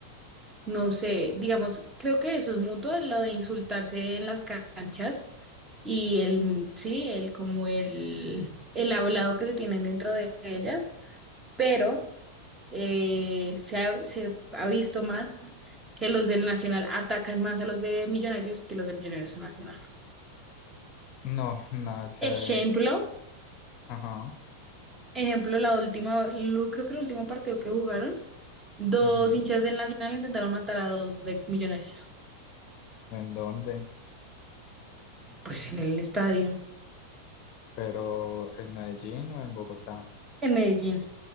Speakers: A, on the right (about 15°); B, on the left (about 40°).
A: no sé, digamos, creo que eso es mutuo, lo de insultarse en las canchas y el, sí, el como el, el hablado que se tienen dentro de ellas, pero eh, se ha, se ha visto más que los del Nacional atacan más a los de Millonarios que los de Millonarios a Nacional.
B: No, <laughs> nada que
A: Ejemplo,
B: ver, ajá,
A: ejemplo, la última, lo- creo que el último partido que jugaron, dos
B: ujú.
A: hinchas del Nacional intentaron matar a dos de Millonarios,
B: ¿En dónde?
A: pues en el estadio,
B: Pero en Medellín o en Bogotá,
A: en Medellín.